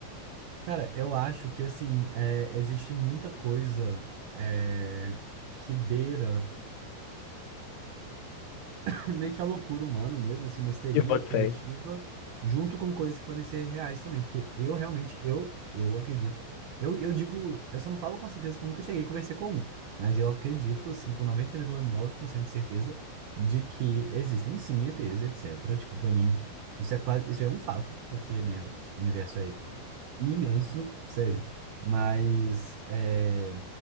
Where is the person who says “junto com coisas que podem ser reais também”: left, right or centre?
Right